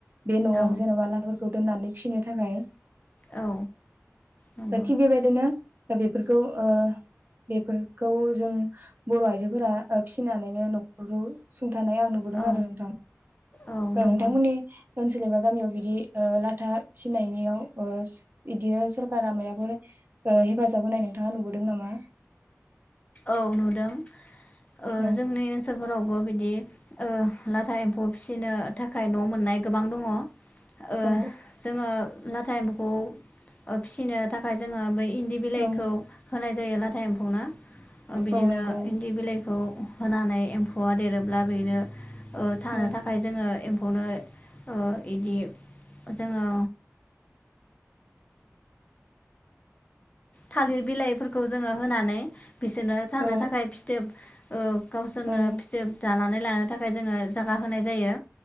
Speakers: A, on the right; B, on the left.
A: बे न'आव
B: औ
A: जेनेबा ला दोननानै फिनो थाखाय।
B: औ नंगौ
A: थिग बेबायदिनो बेफोरखौ ओ बेफोरखौ जों बर' आइजोफोरा ओ फिनानैनो न'खरखौ सुं थानाय आं नुबोदों
B: औ
A: आरो नोंथां
B: औ
A: ओ
B: नंगौ
A: नोंथांमोननि ओनसोल एबा गामियाव बिदि ओ लाथा फिनायनियाव ओ इदिनो सरकारा मायफोर ओ हेफाजाब होनाय नोंथाङा नुबोदों नामा?
B: औ नुदों ओ
A: औ
B: जोंनि ओनसोलफोरावबो बिदि ओ लाथा एम्फौ फिसिनो थाखाय न' मोननाय गोबां दङ। ओ
A: औ
B: जोङो लाथा एम्फौखौ ओ फिसिनो थाखाय जोङो बै इन्दि बिलाइखौ
A: औ
B: होनाय जा जायो लाटा एम्फौना। बिदिनो
A: औ नंगौ
B: इन्दि बिलाइखौ होनानै एम्फौआ देरोब्ला बेनो थानो
A: औ
B: थाखाय जोङो एम खौनो ओ इदि जोङो थालिर बिलाइफोरखौ जोङो होनानै बिसोरनो थानो
A: औ
B: थाखाय फिथोब ओ गावसोरनो
A: औ
B: फिथोब जानानै ला नो थाखाय जोङो जागा होनाय जायो।